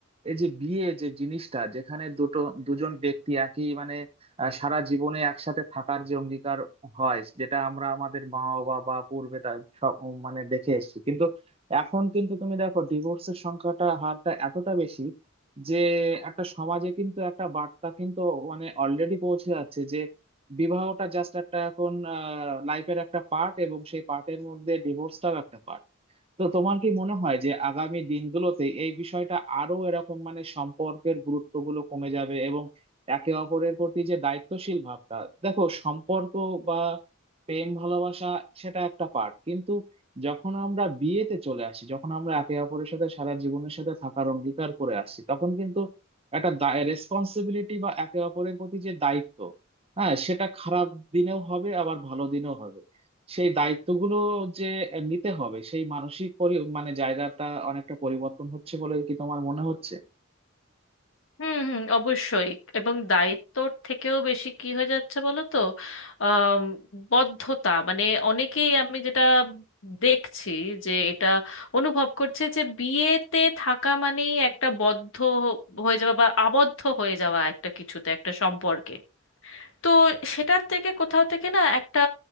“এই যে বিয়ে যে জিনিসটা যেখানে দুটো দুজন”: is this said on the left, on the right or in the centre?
Right